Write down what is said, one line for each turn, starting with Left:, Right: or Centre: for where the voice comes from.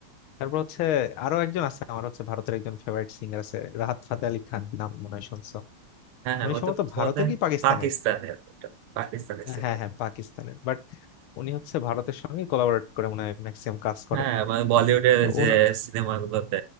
Left: তারপর হচ্ছে আরো একজন আছে আমার হচ্ছে ভারতের একজন ফেভারিট সিঙ্গার আছে রাহাত ফাতে আলি খান নাম মনে হয় শুনছো
Right: হ্যাঁ হ্যাঁ
Left: উনি
Right: ও
Left: সম্ভবত
Right: তো
Left: ভারতের
Right: মনে হয়
Left: কি পাকিস্তানের
Right: পাকিস্তানের ওটা, পাকিস্তানের ছেলে
Left: হ্যাঁ হ্যাঁ পাকিস্তানের বাট উনি হচ্ছে ভারতের সঙ্গে কোলাবরেট করে মনে হয় ম্যাক্সিমাম কাজ করেন
Right: হ্যাঁ মানে বলিউডের
Left: তো
Right: যে
Left: উনা-
Right: সিনেমাগুলোতে